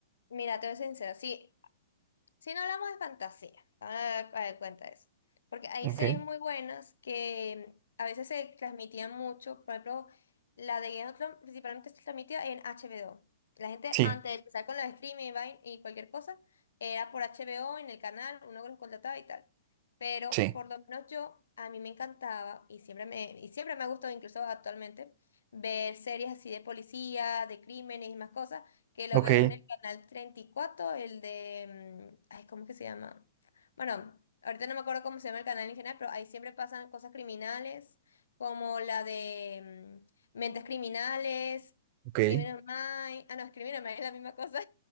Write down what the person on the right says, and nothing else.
Ok.
Sí,
sí.
Ok,
ok.